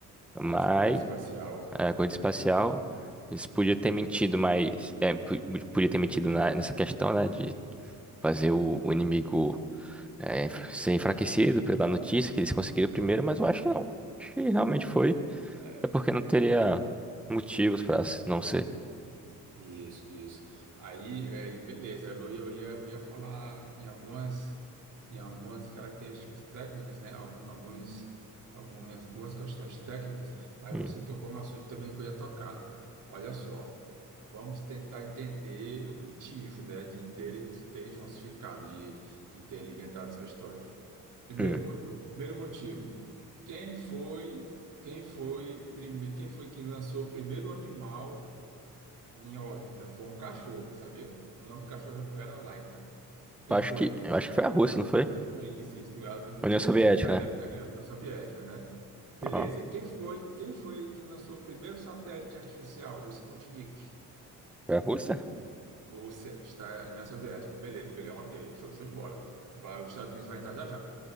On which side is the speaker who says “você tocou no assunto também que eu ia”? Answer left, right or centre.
Right